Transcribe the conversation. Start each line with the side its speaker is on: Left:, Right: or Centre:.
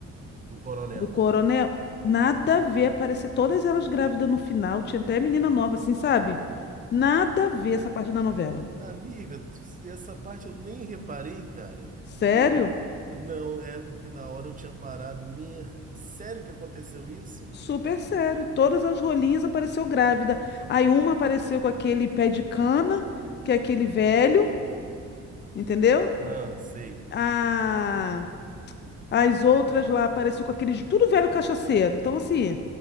Right: do Coronel.
Left: Do coronel, nada a ver. Aparecer todas elas grávidas no final. Tinha até menina nova, assim, sabe? Nada a ver essa parte da novela.
Right: Hum, Amiga, tu- essa parte eu nem reparei, cara.
Left: Sério?
Right: Eu, não, é porque na hora eu tinha parado. Minha, sério que aconteceu isso?
Left: Super sério. Todas as rolinhas apareceu grávida. Aí uma apareceu com aquele pé de cana, que é aquele velho, entendeu?
Right: Ah, sei.
Left: A... As outras lá apareceu com aqueles tudo velho cachaceiro. Então, assim,